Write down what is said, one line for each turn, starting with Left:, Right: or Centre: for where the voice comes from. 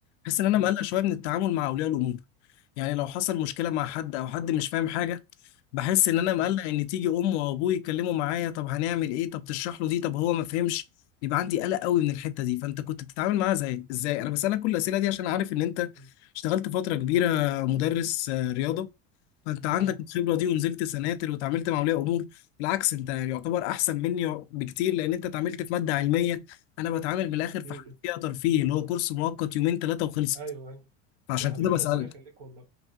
Left: بحس ان انا
Right: مم.
Left: مقلق شوية من التعامل مع اولياء الامور يعني لو حصل مشكلة مع حد او حد مش فاهم حاجة بحس ان انا مقلق
Right: مم.
Left: ان تيجي ام وابوي يتكلموا معايا طب هنعمل ايه طب تشرح له دي طب هو ما فهمش يبقى عندي قلق قوي من الحتة دي فانت كنت بتتعامل معاها زي ازاي انا بسألك كل الأسئلة دي عشان عارف ان انت
Right: مم.
Left: اشتغلت فترة كبيرة مدرس آه، رياضة فانت
Right: فاهم
Left: عندك الخبره دي ونزلت سناتر
Right: مم.
Left: وتعاملت مع اولياء امور بالعكس انت يعني يعتبر احسن مني بكتير لان انت اتعاملت في ماده علميه انا بتعامل من الاخر
Right: مم.
Left: في حاجه فيها ترفيه اللي هو كورس مؤقت يومين ثلاثه وخلصت
Right: ايوه ايوه
Left: فعشان
Right: يا حبيبي
Left: كده بسالك
Right: ربنا يخليك والله